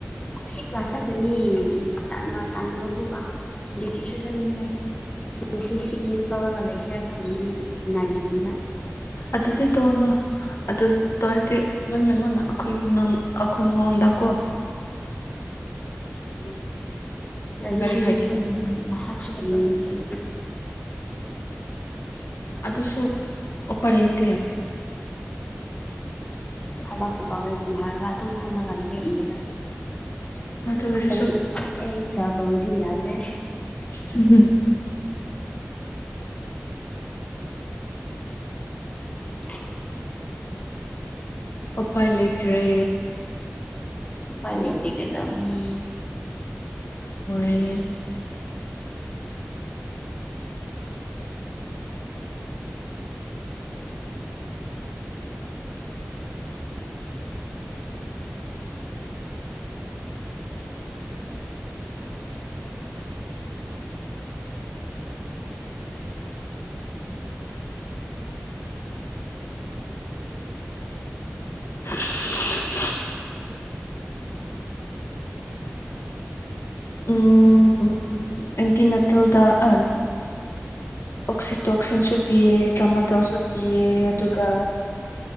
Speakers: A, on the left; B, on the left.
A: ꯉꯁꯤ ꯀ꯭ꯂꯥꯁ ꯆꯠꯀꯅꯤ ꯇꯥꯟꯅ ꯇꯥꯟꯕꯕꯨꯒ ꯖꯤꯇꯤ ꯁꯨ ꯁꯅꯤꯡꯗꯦ ꯅ ꯁꯤ ꯁꯤ ꯂꯤꯞ ꯂꯧꯔꯒ ꯂꯩꯁꯤꯔꯥ ꯈꯜꯂꯤꯅꯦ ꯅꯥꯏꯒꯤꯇꯤꯔ
B: ꯑꯗꯨꯗꯤ ꯇꯧꯅꯨ ꯑꯗꯨ ꯇꯧꯔꯗꯤ ꯂꯣꯏꯅꯃꯛꯅ ꯑꯩꯈꯣꯏ ꯅꯪ ꯑꯩꯈꯣꯏꯉꯣꯟꯗꯀꯣ <unintelligible>
A: ꯔꯥꯖꯦꯁꯣꯔꯤ
B: ꯀꯔꯤ ꯍꯥꯏꯒꯦ
A: ꯈꯣꯏꯗꯤ ꯃꯁꯛ <unintelligible> ꯑꯩꯗꯤ
B: ꯑꯗꯨꯁꯨ ꯑꯣꯄꯥꯏ ꯂꯩꯇꯦ
A: ꯊꯕꯛꯁꯨ ꯇꯧꯔꯦ ꯂꯥꯛꯑꯒ ꯑꯗꯨꯝ ꯐꯝꯔꯒ ꯂꯩ ꯑꯩ ꯏꯔꯒ ꯂꯩꯒꯅꯤ
B: ꯑꯗꯨ ꯑꯣꯏꯔꯁꯨ
A: ꯑꯩ ꯑꯩ <unintelligible> ꯌꯥꯗ꯭ꯔꯦ
B: ꯎꯝ
A: <unintelligible> <inaudible>
B: ꯎꯄꯥꯏ ꯂꯩꯇ꯭ꯔꯦ
A: ꯎꯄꯥꯏ ꯂꯩꯇꯦ ꯀꯩꯗꯧꯅꯤ
B: ꯍꯣꯏ <unintelligible> <inaudible> ꯎꯝ ꯑꯦꯟꯇꯤ ꯅꯇꯤꯜꯗꯥ ꯑꯟ ꯑꯣꯛꯁꯤꯇꯣꯛꯁꯤꯟꯁꯨ ꯄꯤꯌꯦ ꯗ꯭ꯔꯃꯥꯗꯣꯜꯁꯨ ꯄꯤꯌꯦ ꯑꯗꯨꯒ